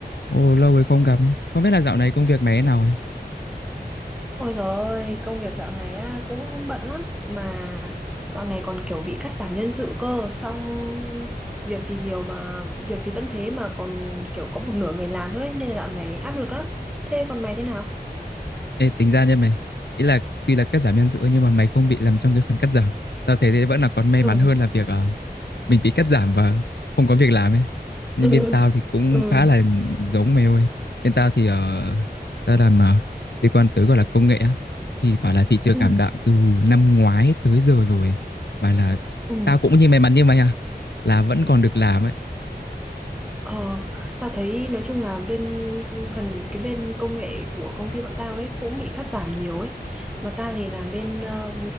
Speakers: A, on the left; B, in the centre.
A: Ồ, lâu rồi không gặp ấy. Không biết là dạo này công việc mày thế nào ấy.
B: Ôi dồi ôi, công việc dạo này á cũng bận lắm mà dạo này còn kiểu bị cắt giảm nhân sự cơ, xong việc thì nhiều mà việc thì vẫn thế mà còn kiểu có một nửa người làm thôi ấy, nên là dạo này áp lực lắm. Thế còn mày thế nào?
A: Ê, tính ra nha mày. Ý là tuy là cắt giảm nhân sự ấy, nhưng mà mày không bị làm trong cái phần cắt giảm. Tao thấy thế vẫn là còn may
B: Ừ,
A: mắn hơn là việc ờ, mình bị cắt giảm và không có việc làm ấy. Nhưng
B: ừ,
A: bên tao thì cũng
B: ừ,
A: khá là giống mày ơi. Bên tao thì ờ, tao làm uh, liên quan tới gọi là công nghệ á. Thì bảo là thị trường
B: ừ,
A: ảm đạm từ năm ngoái tới giờ rồi. Bảo là
B: ừ.
A: tao cũng như may mắn như mày à. Là vẫn còn được làm ấy.
B: Ờ, ta thấy nói chung là bên phần cái bên công nghệ của công ty bọn tao ấy cũng bị cắt giảm nhiều ấy. Mà ta thì làm bên ờ,